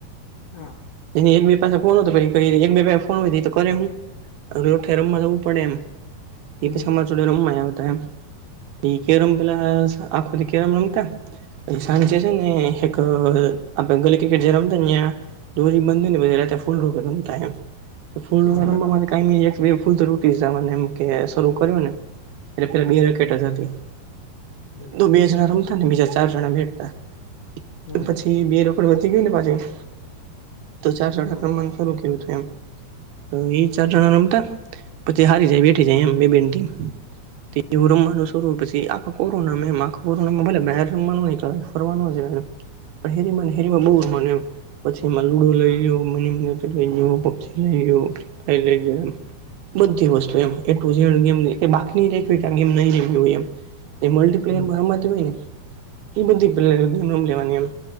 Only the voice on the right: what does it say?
એની એક બે પાસે ફોન હતો તો પછી એક બે પાસે ફોન હોય તો એ કરે હું <unintelligible>
એ પછી અમારે જોડે રમવાય આવતા એમ ઈ કેરમ પેલા આખો દિ કેરમ રમતા અને સાંજે
છે ને એક આપણે ગલી ક્રિકેટ જે રમ તા ન્યા દોરી બાંધી ને પહી રાતે ફુલ રોકેટ રમતા એમ તો ફૂલ
રોકેટ
રમવા માટે કાયમી એક બે ફૂલ તો રૂટી જાવાના એમ કે શરૂ કર્યો ને એટલે પેલા બે રેકેટ જ હતું
તો બે જણા રમતા ને બીજા ચાર જણા બેઠતા
પછી બે રો પણ વધી ગ્યુ ને પાછુ એક તો ચાર જણા
ને રમવાનું શરૂ કયરુ તું એમ તો ઈ ચાર જણા
રમતા પછી હારી જાય બેઠી જાય એમ બે બે ની ટીમ
<unintelligible> પછી આખો કોરોનામા એમ આખો કોરોનામા ભલે બાર રમવા ન નીકડાય ફરવા નો જવાય એમ પણ હેરીમાં ને હેરીમાં બઉ રમવાનું એમ પછી એમાં લુડો
લઈ લ્યો મનીમેટર લઈ ગયો પબજી લઈ લ્યો <unintelligible> એમ બધી વસ્તુ એમ એ ટુ ઝેડ ગેમની કાંઇ બાકી નય રાયખુ કે આ ગેમ નય રયમા હોય એમ એ મલ્ટી પ્લેયર
માં રમાતી હોય ને એ બધી પ્ર રમી લેવાની એમ